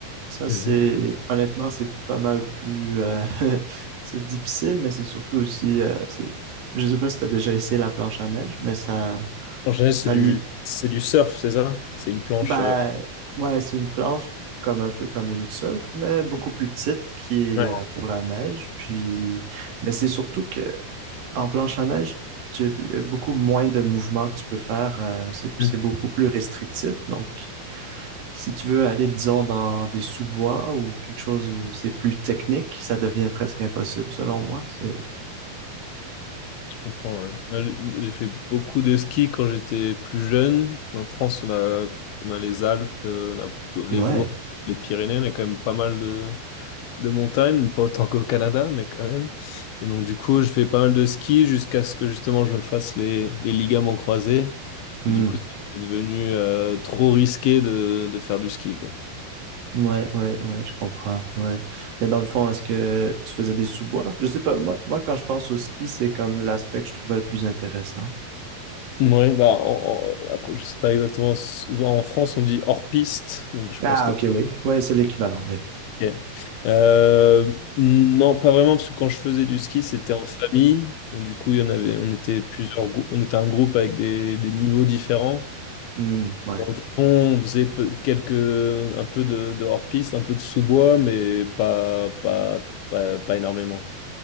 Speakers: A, on the right; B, on the left.
A: Ça,
B: Mhm.
A: c'est honnêtement, c'est pas mal plus. euh, <laughs> c'est difficile, mais c'est surtout aussi. euh, c'est- je sais pas si tu as déjà essayé la planche à neige, mais ça,
B: En général, c'est
A: ça
B: du,
A: lie.
B: c'est du surf, c'est ça? C'est une planche.
A: Ben,
B: euh,
A: ouais, c'est une planche comme un peu comme une surf, mais beaucoup plus petite qui est
B: Ouais.
A: euh, pour la neige. Puis, mais c'est surtout que en planche à neige, tu, il y a beaucoup moins de mouvements que tu peux faire. euh, c'est c'est
B: Mm.
A: beaucoup plus restrictif, donc. Si tu veux aller, disons, dans des sous-bois ou quelque chose où c'est plus technique, ça devient presque impossible, selon moi. C'est...
B: Je comprends. ouais. Là, le- J'ai fait beaucoup de ski quand j'étais plus jeune. En France, on a, on a les Alpes, euh, on a plutôt les
A: Ouais.
B: Vosges, les Pyrénées, on a quand même pas mal de, de montagnes, pas autant qu'au Canada, mais quand même. Et donc, du coup, je fais pas mal de ski jusqu'à ce que justement je fasse les, les ligaments croisés,
A: Hmm.
B: que du coup, c'est devenu euh, trop risqué de, de faire du ski, quoi.
A: Ouais, ouais, ouais, je comprends. Ouais. Mais dans le fond, est-ce que tu faisais des sous-bois? Je sais pas. Moi, moi, quand je pense au ski, c'est comme l'aspect que je trouvais le plus intéressant.
B: Ouais, bah, en, en- après, je sais pas exactement. Souvent, En France, on dit hors piste, donc je
A: Ah,
B: pense que.
A: ok, oui. Ouais, c'est l'équivalent, oui.
B: Ok. Euh, non, pas vraiment, parce que quand je faisais du ski, c'était en famille, et du coup, il y en avait, on était plusieurs, grou- on était un groupe avec des, des niveaux différents.
A: Hmm, ouais.
B: Dans le fond, on faisait peu- quelques, un peu de, de hors-piste, un peu de sous-bois, mais pas, pas, pas, pas énormément.